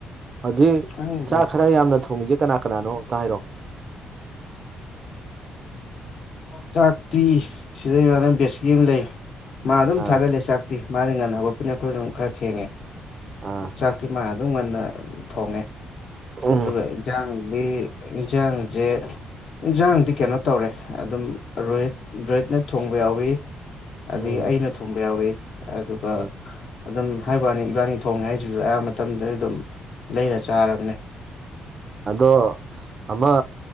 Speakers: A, on the right; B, on the left.
A: ꯍꯧꯖꯤꯛ
B: ꯈꯪꯗꯦ
A: ꯆꯥꯛ ꯈꯔ ꯌꯥꯝꯅ ꯊꯣꯡꯁꯤ ꯀꯅꯥ ꯀꯅꯥꯅꯣ ꯑꯝꯇ ꯍꯥꯏꯔꯛꯑꯣ
B: ꯆꯥꯛꯇꯤ ꯁꯤꯗꯩ ꯏꯃꯥꯟꯅꯕ ꯕꯦꯁꯀꯤ ꯑꯃ ꯂꯩ ꯃꯥ ꯑꯗꯨꯝ
A: ꯑꯥ
B: ꯊꯥꯒꯠꯂꯦ ꯆꯥꯛ ꯑꯝ ꯃꯥꯗꯤ ꯉꯥꯟꯅ ꯍꯧꯒꯠꯄꯅꯤ ꯑꯈꯣꯏꯅ ꯀꯈꯔ ꯈꯔ ꯊꯦꯡꯉꯦ
A: ꯑꯥ
B: ꯆꯥꯛꯇꯤ ꯃꯥ ꯑꯗꯨꯝ ꯉꯟꯅ ꯊꯣꯡꯉꯦ
A: ꯎꯝ
B: ꯑꯗꯨꯒ ꯏꯟꯁꯥꯡꯗꯤ ꯢꯟꯁꯥꯡꯁꯦ ꯏꯟꯖꯥꯡꯗꯤ ꯀꯩꯅꯣ ꯇꯧꯔꯦ ꯑꯗꯨꯝ ꯔꯣꯍꯤꯠ ꯔꯣꯍꯤꯠꯅ ꯊꯣꯡꯕ ꯌꯥꯎꯋꯤ ꯑꯗꯒꯤ
A: ꯎꯝ
B: ꯑꯩꯅ ꯊꯣꯡꯕ ꯌꯥꯎꯋꯤ ꯑꯗꯨꯒ
A: ꯎꯝ
B: ꯑꯗꯨꯝ ꯍꯥꯏꯕꯨꯋꯥꯅꯤ ꯏꯕꯥꯅꯤ ꯊꯣꯡꯉꯦ ꯍꯥꯏꯁꯤꯁꯨ ꯑꯌꯥꯝꯕ ꯃꯇꯝꯗꯗꯤ ꯑꯗꯨꯝ ꯂꯩꯔ ꯆꯥꯔꯕꯅꯦ
A: ꯑꯗꯣ ꯑꯃ